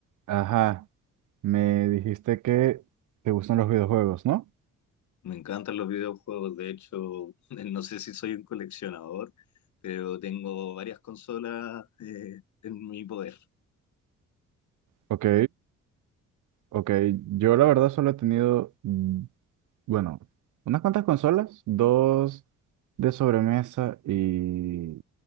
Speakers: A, on the right; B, on the left.
A: Ajá, me dijiste que te gustan los videojuegos, ¿no?
B: Me encantan los videojuegos, de hecho, <laughs> no sé si soy un coleccionador, pero tengo varias consolas eh, en mi poder.
A: Ok, ok. Yo la verdad solo he tenido, mm, bueno, unas cuantas consolas, dos de sobremesa y